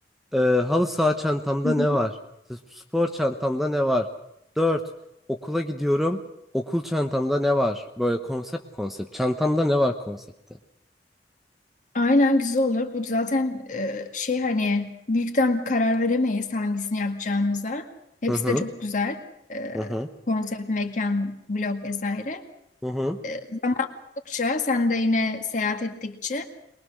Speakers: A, in the centre; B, on the left (about 45°).
A: Ee, halı saha çantamda
B: Hı hı.
A: ne var? Spor çantamda ne var? 4. Okula gidiyorum. Okul çantamda ne var? Böyle konsept konsept. Çantamda ne var konsepti?
B: Aynen güzel olur. Bu zaten e, şey hani büyükten bir karar veremeyiz hangisini yapacağımıza. Hepsi
A: Hı hı.
B: de çok güzel. E,
A: Hı hı.
B: konsept, mekan, blog vesaire.
A: Hı hı.
B: E, zaman buldukça sen de yine seyahat ettikçe